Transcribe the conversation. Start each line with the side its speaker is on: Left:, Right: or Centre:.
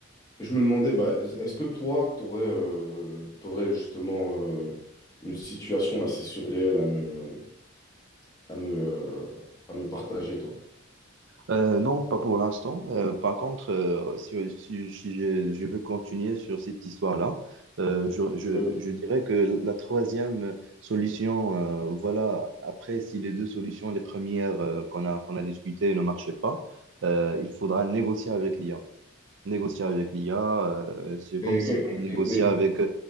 Left: je me demandais, bah, est-ce que toi, tu aurais, justement euh, une situation assez surréelle à me, à me, euh, à me partager, toi?
Right: Euh, non, pas pour l'instant. Euh, par contre, euh, si, si- si je, je veux continuer sur cette histoire-là, euh, je, je-
Left: Euh,
Right: je dirais que la troisième solution, euh, voilà, après, si les deux solutions, les premières euh, qu'on a, qu'on a discutées ne marchaient pas, euh, il faudra négocier avec l'IA. Négocier avec l'IA, euh, c'est comme
Left: mais,
Right: si
Left: mais-
Right: tu négociais
Left: mais-
Right: avec